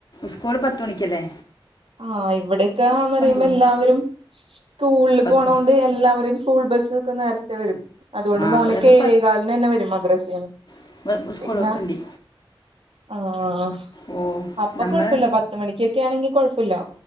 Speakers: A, on the left (about 50°); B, on the right (about 85°).
A: സ്കൂൾ പത്ത് മണിക്ക് അല്ലേ.
B: ആഹ് ഇവിടെയൊക്കാന്ന് പറയുമ്പോ
A: വിടും
B: എല്ലാവരും- സ്കൂളിൽ
A: പത്ത്
B: പോണ കൊണ്ട് എല്ലാവരേും സ്കൂൾ ബസ്സക്കെ നേരത്തെ വരും. അതുകൊണ്ട്
A: ആ
B: മോന് ഒക്കെ
A: അത്
B: എഴകാലന് തന്നെ വരും മദ്രസന്
A: പത്ത് സ്കൂൾ
B: പിന്നെ-
A: വണ്ടി
B: ആഹ്
A: ഓ
B: അപ്പൊ
A: നമ്മൾ
B: കൊഴപ്പില്ല പത്ത് മണിക്കൊക്കെ ആണെങ്കിൽ കൊഴ- ല്ലോ